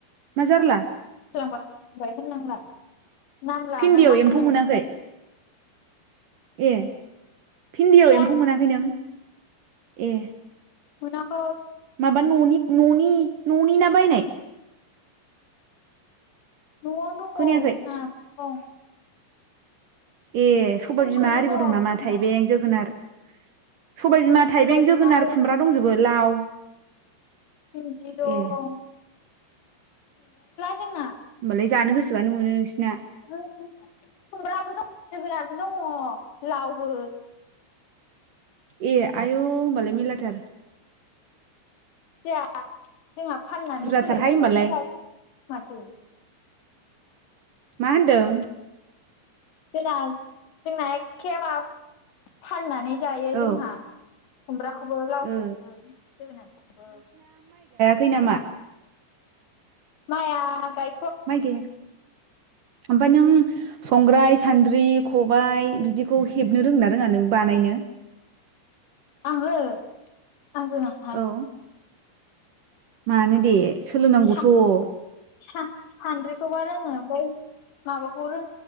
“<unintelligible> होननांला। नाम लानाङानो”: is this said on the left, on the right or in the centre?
Left